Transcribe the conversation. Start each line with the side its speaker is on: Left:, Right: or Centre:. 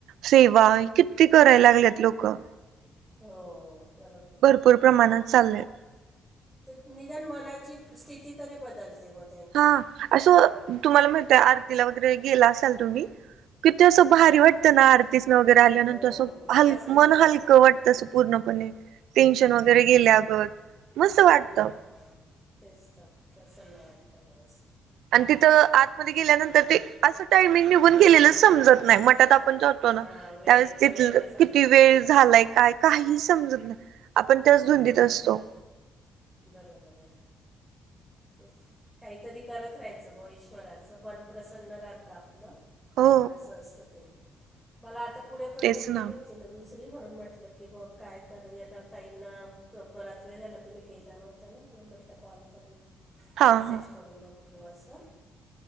Right: सेवाय किती करायला लागल्यात लोकं.
Centre: हो बरोबर आहे.
Right: पुर प्रमाणात चाललय.
Centre: तिथ निदान मनाची स्थिती तरी बदलते बद
Right: हा असं तुम्हाला माहित आहे आरतीला वगैरे गेला असाल तुम्ही किती असं भारी
Centre: हां
Right: वाटतं ना आरतीच न वगैरे आल्यानंतर
Centre: हो
Right: असं
Centre: प्रसन्न
Right: हल मन
Centre: वाटतं
Right: हलकं
Centre: तिकडं
Right: वाटतं सु पूर्णपणे टेन्शन वगैरे
Centre: बरोबर
Right: गेल्यागत
Centre: आहे
Right: मस्त वाटतं.
Centre: हां हां तेच त प्रसन्न वाटतं बस.
Right: आणि तिथं आतमध्ये गेल्यानंतर ते असं टाइमिंग निघून गेलेलं समजत नाही मठात आपण जो तो ना
Centre: हां वेळ
Right: त्यावेळेस तिथल
Centre: वेळ कसा
Right: किती
Centre: जातो
Right: वेळ
Centre: ते
Right: झालाय काय काही समजत नाही आपण त्याच
Centre: हां
Right: धुंदीत
Centre: हां
Right: असतो.
Centre: बरोबर आहे. तेच काहीतरी करत राहायचं ब ईश्वराचं बन प्रसन्न राहतं आपलं.
Right: हो
Centre: असं असतं ते मला आता पुढे पण
Right: तेच
Centre: मीटिंग
Right: ना
Centre: होत तिनं दुसरी म्हणून म्हटलं की ब काय कर येदा ताईंना क पराच वेळ झाला तुम्ही केला नव्हता ना म्हणून म्हटलं कॉल करून
Right: हा
Centre: मेसेज
Right: हा
Centre: करून बघू ब असं.